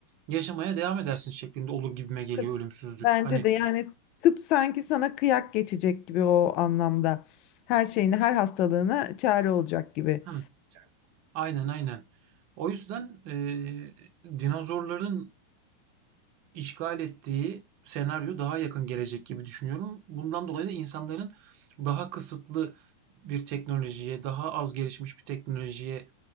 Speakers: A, on the right (about 45°); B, on the left (about 40°).
A: yaşamaya devam edersin şeklinde olur gibime geliyor
B: Tıp-
A: ölümsüzlük.
B: Bence
A: Hani
B: de yani tıp sanki sana kıyak geçecek gibi o anlamda. Her şeyini, her hastalığına çare olacak gibi.
A: hı, aynen aynen. O yüzden e, dinozorların işgal ettiği senaryo daha yakın gelecek gibi düşünüyorum. Bundan dolayı da insanların daha kısıtlı bir teknolojiye, daha az gelişmiş bir teknolojiye